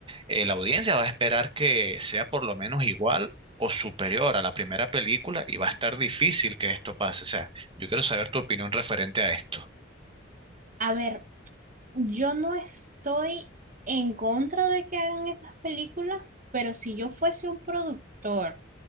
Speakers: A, on the right; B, on the right.
A: eh, la audiencia va a esperar que sea por lo menos igual o superior a la primera película y va a estar difícil que esto pase. O sea, yo quiero saber tu opinión referente a esto.
B: A ver, yo no estoy en contra de que hagan esas películas, pero si yo fuese un productor